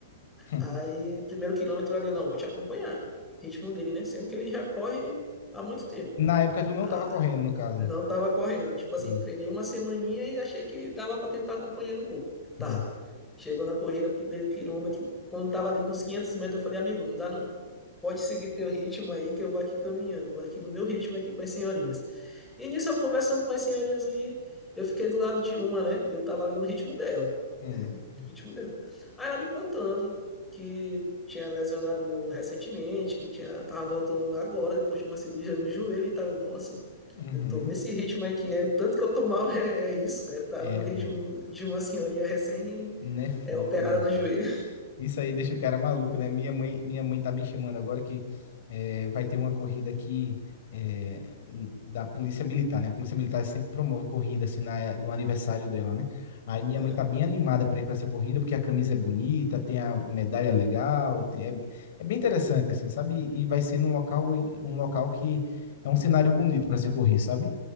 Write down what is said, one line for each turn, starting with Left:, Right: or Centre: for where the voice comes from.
Left: <laughs>
Centre: aí primeiro quilômetro ali, eu não, vou te acompanhar. Ritmo dele, né? Sendo que ele já corre há muito tempo.
Left: Na época tu não
Centre: Ah,
Left: tava correndo, no caso.
Centre: eu não tava correndo. Tipo assim,
Left: Sim,
Centre: treinei uma semaninha e achei que dava pra tentar acompanhar ele um pouco.
Left: sim.
Centre: Tá. Chegou na corrida, primeiro quilômetro, quando tava ali com uns 500 metros, eu falei, amigo, não dá não. Pode seguir teu ritmo aí que eu vou aqui caminhando, vou aqui no meu ritmo aqui com as senhorinhas. E nisso eu conversando com as senhorinhas ali, eu fiquei do lado de uma, né? E eu tava ali no ritmo dela,
Left: Hum,
Centre: né? No ritmo dela. Aí ela me contando que tinha lesionado recentemente, que tinha, tava voltando agora, depois de uma cirurgia no joelho e tal. Eu, nossa,
Left: uhum.
Centre: eu tô nesse ritmo aqui, é, o tanto que eu tô mal é, é isso, é tá
Left: É,
Centre: no ritmo
Left: velho.
Centre: de uma senhorinha recém
Left: Não é fogo,
Centre: é, operada
Left: bicho.
Centre: no joelho.
Left: Isso aí deixa o cara maluco, né? Minha mãe, minha mãe tá me chamando agora que eh, vai ter uma corrida aqui eh, n- da Polícia Militar, né? A Polícia Militar sempre promove corrida assim na, eh, do aniversário dela, né? Aí minha
Centre: Aham,
Left: mãe tá bem animada para ir para essa corrida porque a camisa é bonita, tem a medalha legal, tem- é, é bem interessante assim, sabe? E vai ser num local, em- um local que é um cenário bonito para se correr, sabe?